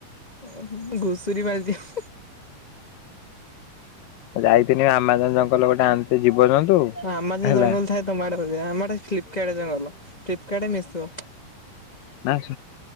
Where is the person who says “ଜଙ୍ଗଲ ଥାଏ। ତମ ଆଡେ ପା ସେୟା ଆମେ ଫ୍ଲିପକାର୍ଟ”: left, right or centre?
Left